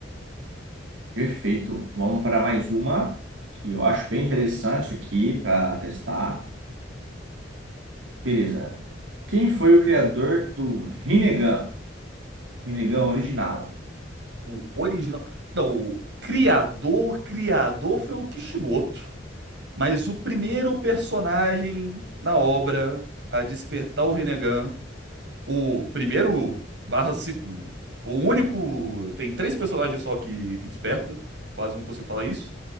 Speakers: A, on the right; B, on the right.
A: Perfeito. Vamos para mais uma que eu acho bem interessante aqui para testar. Beleza. Quem foi o criador do Rinnegan? Rinnegan original.
B: O original, não, o criador, criador foi o Kishimoto, mas o primeiro personagem na obra a despertar o Rinnegan O primeiro barra segundo. O único. Tem três personagens só que, que desperta. Quase não consigo falar isso.